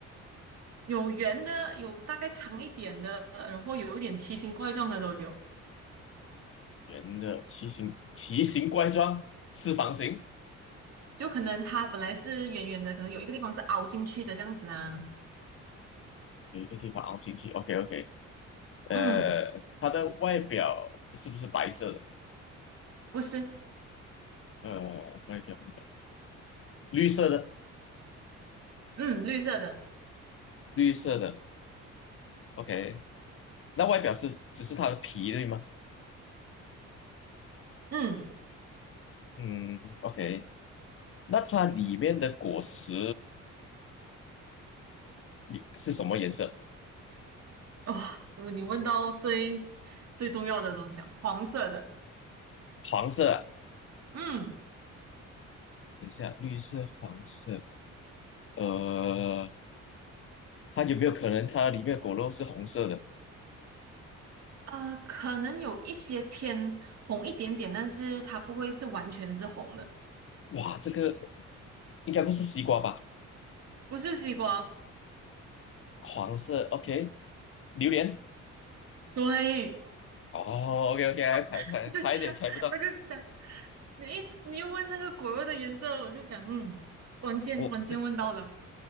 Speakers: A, on the right; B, on the left.
A: 有圆的，有大概长一点的，然后有一点奇形怪状的都有。
B: 圆的，奇形奇形怪状，四方形，
A: 就可能它本来是圆圆的，可能有一个地方是凹进去的这样子啊。
B: 有一个地方凹进去。OK OK，呃，
A: 嗯，
B: 它的外表是不是白色的？
A: 不是，
B: 呃，外表不是绿色的，
A: 嗯，绿色的，
B: 绿色的。OK，那外表是只是它的皮对吗？
A: 嗯。
B: 嗯，OK，那它里面的果实你是什么颜色？
A: 哇、哦，你问到最最重要的东西啊，黄色的，
B: 黄色啊？
A: 嗯，
B: 等一下，绿色、黄色，呃，它有没有可能它里面的果肉是红色的？
A: 呃，可能有一些偏红一点点，但是它不会是完全是红的，
B: 哇，这个应该不是西瓜吧？
A: 不是西瓜。
B: 黄色，OK，榴莲。
A: 对，
B: 哦，OK OK，还猜猜差一点猜不到，
A: <laughs> 我就讲，我就讲，你一你一问那个果肉的颜色，我就讲，嗯，关键关键问到了，
B: 我